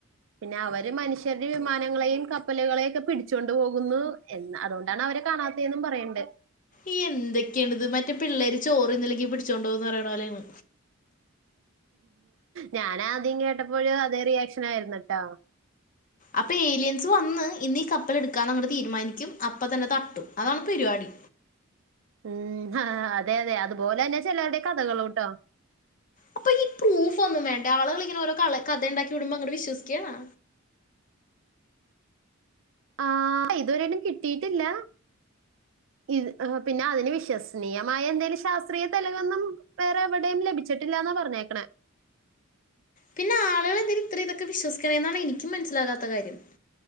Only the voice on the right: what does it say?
പിന്നെ അവര് മനുഷ്യരുടെ വിമാനങ്ങളെയും കപ്പലുകളെയോക്കെ പിടിച്ചൊണ്ട് പോകുന്നു എന്ന അതോ ണ്ടാണ് അവരെ കാണാത്തേന്നും പറയ്ണ്ട്
ഞാന് ആദ്യം കേട്ടപ്പോഴും അതേ റിയാക്ഷൻ ആയിരുന്നുട്ടോ
ഉം ആഹ് അതെ അതെ അതുപോലെ തന്നെ ചെലരുടെ കഥകളുട്ടോ
ആഹ് ഇതുവരായ്ട്ടും കിട്ടിട്ടില്ല ഇ പിന്നെ അതിന് വിശ്വസനീയമായ എന്തേലും ശാസ്ത്രീയ തെളിവൊന്നും വേറെ എവിടെയും ലഭിച്ചിട്ടില്ലന്ന പറഞ്ഞേക്കണേ